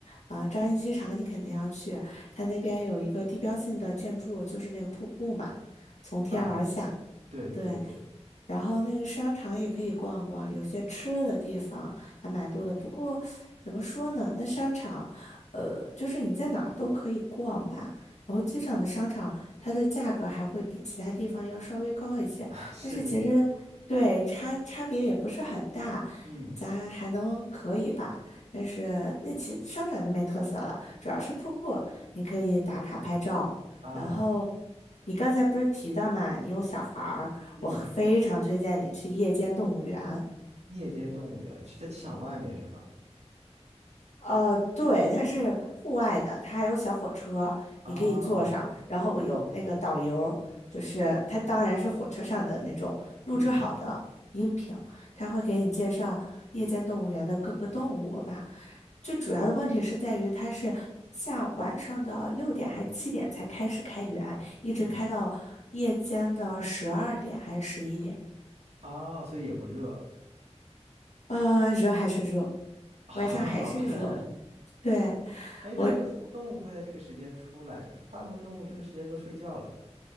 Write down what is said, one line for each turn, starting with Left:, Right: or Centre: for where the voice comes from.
Left: 啊，张掖机场你肯定要去，它那边有一个地标性的建筑，就是那个瀑布嘛，从天而下。
Right: 啊，对对对，
Left: 对，然后那个商场也可以逛逛，有些吃的地方还蛮多的。不过怎么说呢，那商场，呃，就是你在哪儿都可以逛吧。然后机场的商场，它的价格还会比其他地方要稍微高一些，
Right: <laughs> 啊是，
Left: 但是其实对差差别也不是很大，
Right: 嗯
Left: 咱还能可以吧。但是那其商场就没特色了，主要是瀑布，你可以打卡拍照，
Right: 啊
Left: 然后。你刚才不是提到嘛，你有小孩儿，
Right: 嗯，
Left: 我非常推荐你去夜间动物园。
Right: 夜间动物园是在机场外面是吗？
Left: 呃，对，它是户外的，它还有小火车，
Right: 啊，
Left: 你可以坐上，然后有那个导游，就是它当然是火车上的那种录制好的音频，
Right: 嗯
Left: 他会给你介绍夜间动物园的各个动物嘛。最主要的问题是在于它是下午晚上的六点还是七点才开始开园，一直开到夜间的十二点还是十一点。
Right: 嗯，哦，所以也不热 <laughs>
Left: 啊、热还是热，
Right: 啊好吧。
Left: 晚上还是热。
Right: <laughs>
Left: 对，
Right: 哎，但是有什么动物会在这个时间出来呢？
Left: 我，
Right: 大部分动物这个时间都睡觉了。